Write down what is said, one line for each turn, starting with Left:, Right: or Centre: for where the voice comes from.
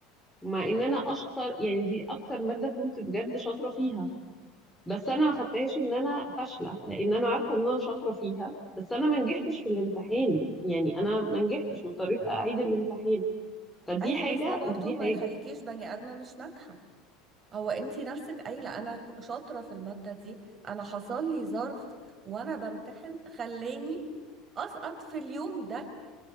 Centre: مع ان انا اشطر يعني دي اكتر ماده كنت بجد شاطره فيها بس انا ما خدتهاش ان انا فاشله لان انا عارفه ان انا شاطره فيها بس انا ما نجحتش في الامتحان يعني انا ما نجحتش واضطريت اعيد الامتحان فدي
Right: ايوه
Centre: حاجه
Right: بس ده برضو
Centre: ودي
Right: ما
Centre: حاجه
Right: يخليكيش بني ادمه مش ناجحه هو انتي نفسك قايله انا شاطره في الماده دي انا حصل لي ظرف وانا بمتحن خلاني اسقط في اليوم ده